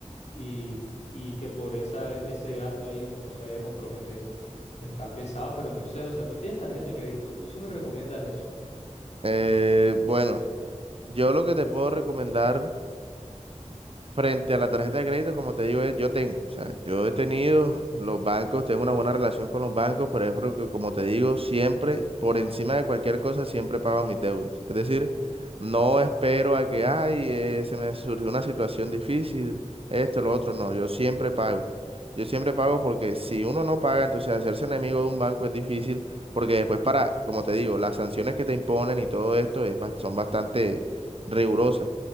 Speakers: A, on the left; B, on the right.
A: Y, y que por esa, ese gasto ahí uno se vaya a comprometer. Está pesado, pero no sé, o sea, tú tienes tarjeta de crédito, tú sí me recomiendas eso.
B: Eh, bueno, yo lo que te puedo recomendar Frente a la tarjeta de crédito, como te digo, eh, yo tengo, o sea, yo he tenido los bancos, tengo una buena relación con los bancos, pero es porque, como te digo, siempre, por encima de cualquier cosa, siempre pago mis deudas. Es decir, no espero a que, ay, eh, se me surgió una situación difícil, esto, lo otro, no, yo siempre pago. Yo siempre pago porque si uno no paga, entonces hacerse enemigo de un banco es difícil, porque después para, como te digo, las sanciones que te imponen y todo esto es bas- son bastante rigurosas.